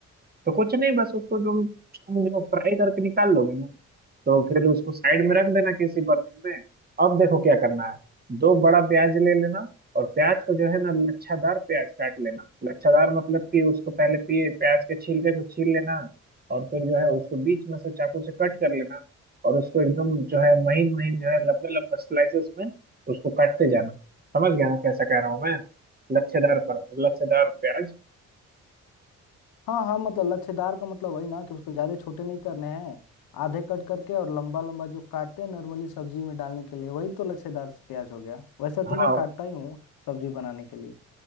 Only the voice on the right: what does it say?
तो कुछ नहीं बस उसको जो तुम जो फ्राई करके निकाल लोगे ना तो फिर उसको साइड में रख देना किसी बर्तन में अब देखो क्या करना है दो बड़ा प्याज ले लेना और प्याज को जो है ना लच्छादार प्याज काट लेना लच्छादार मतलब कि उसको पहले पी प्याज के छिलके को छील लेना और फिर जो है उसको बीच में से चाकू से कट कर लेना और उसको एकदम जो है महीन महीन जो है लंबे लंबे स्लाइसेस में उसको काटते जाना समझ गया ना कैसा कह रहा हूँ मैं लच्छेदार पर लच्छेदार प्याज
हाँ